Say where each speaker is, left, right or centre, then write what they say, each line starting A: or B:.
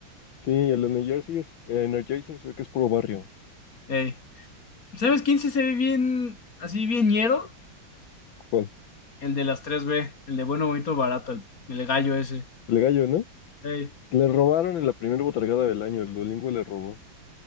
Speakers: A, on the left; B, on the left.
A: Sí, el Energizer, Energizer se ve que es puro barrio.
B: Ey. ¿Sabes quién sí se ve bien, así bien ñero?
A: ¿Cuál?
B: El de las tres b el de bueno, bonito, barato, el, el gallo ese.
A: El gallo, ¿no?
B: Ey.
A: Le robaron en la primera botargada del año, el Duolingo le robó.